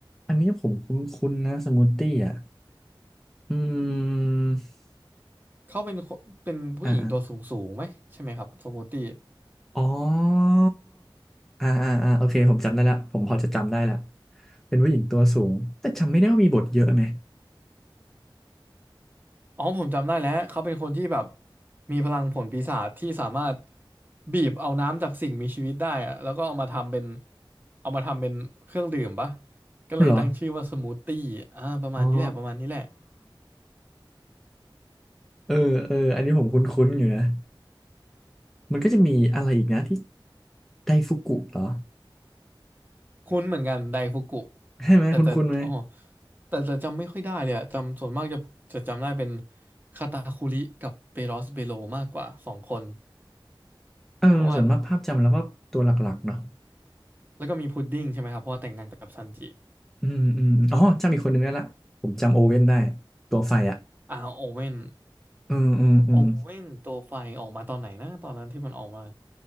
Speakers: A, in the centre; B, on the right.
A: อันนี้ผมคุ้นๆนะสมูทตี้อ่ะอืม
B: เขาเป็นคนเป็นผู้หญิงตัวสูงสูงไหมใช่ไหมครับสมูตี้
A: อ่า อ๋ออ่าอ่าอ่าโอเคผมจำได้แล้วผมพอจะจำได้แล้วเป็นผู้หญิงตัวสูง แต่จำไม่ได้ว่ามีบทเยอะไหม
B: อ๋อผมจำได้แล้วเขาเป็นคนที่แบบมีพลังผลปีศาจที่สามารถบีบเอาน้ำจากสิ่งมีชีวิตได้อะแล้วก็เอามาทำเป็นเอามาทำเป็นเครื่องดื่มปะก็เลยตั้งชื่อว่าสมูทตี้อ่าประมาณนี้แหละประมาณนี้แหละ
A: เหรออ๋อเออเอออันนี้ผมคุ้นๆอยู่นะมันก็จะมีอะไรอีกนะที่ไดฟุกุเหรอ
B: คุ้นเหมือนกันไดฟุกุ
A: ใช่ไหมคุ้นๆไหม
B: แต่แต่อ๋อแต่จะจำไม่ค่อยได้เลยอะจำส่วนมากจะจะจำได้เป็นคาตาคุริกับเปโรสเบโลมากกว่าสองคน
A: เออส่วนมากภาพจำแล้วก็ตัวหลักๆเนาะ
B: เพราะว่า แล้วก็มีพุดดิ้งใช่ไหมครับเพราะว่าแต่งงานกับซันจิ
A: อืมอืมอ๋อจำอีกคนหนึ่งได้ละผมจำโอเว่นได้
B: อืม
A: ตัวไฟอ่ะ
B: อ่าโอเว่น
A: อืมอืมอืม
B: โอเว่นตัวไฟออกมาตอนไหนนะตอนนั้นที่มันออกมา